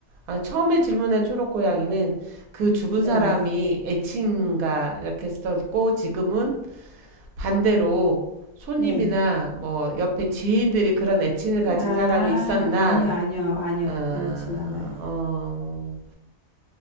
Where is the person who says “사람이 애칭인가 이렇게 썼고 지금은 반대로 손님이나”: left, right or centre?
Right